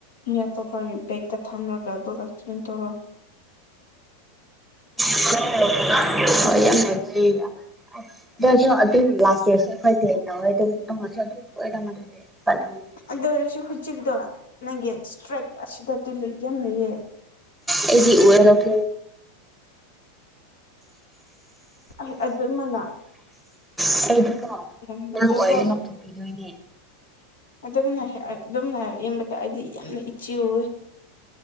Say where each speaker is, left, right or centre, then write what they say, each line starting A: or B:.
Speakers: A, on the left (about 65°); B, in the centre.
A: ꯃꯤ ꯑꯇꯣꯞꯄꯥꯒꯤ ꯕꯦꯛꯗ ꯊꯝꯂꯒ ꯗꯨꯒ ꯀꯩꯝ ꯇꯧꯔꯣꯏ
B: <unintelligible> ꯑꯗꫭꯏꯁꯨ ꯑꯗꯨꯝ ꯌꯥꯝ ꯆꯦꯁꯨ ꯑꯩꯈꯣꯏ ꯇꯦꯟ ꯇꯧꯋꯦ ꯑꯗꯨꯝ ꯇꯣꯡꯉꯁꯨ ꯑꯗꯨꯝ ꯊꫭꯑꯦꯗ ꯃꯗꯨꯗꯤ ꯑꯩꯗꯤ
A: ꯑꯗꯨ ꯑꯣꯏꯔꯁꯨ ꯍꯨꯖꯤꯛꯇꯣ ꯅꯪꯒꯤ ꯏꯁꯇ꯭ꯔꯥꯏꯛ ꯑꯁꯤꯗ ꯇꯨꯜ ꯌꯥꯝ ꯂꯩꯌꯦ
B: ꯑꯩꯗꯤ ꯑꯣꯏꯔ <unintelligible> <unintelligible>
A: ꯑꯗꯨꯃꯅ
B: ꯑꯩꯗꫭ <unintelligible>
A: ꯏꯔꯝꯕꯗꯣꯀꯣ
B: ꯅꯪ ꯑꯣꯏꯔꯗꯤ ꯂꯧꯊꯣꯛꯄꯤꯗꯣꯏꯅꯦ
A: ꯑꯗꯨꯝꯅ ꯍꯦꯛ ꯑꯗꯨꯝꯅ ꯌꯦꯝꯕꯗ ꯑꯩꯗꯤ ꯌꯥꯝꯅ ꯏꯆꯨꯋꯦ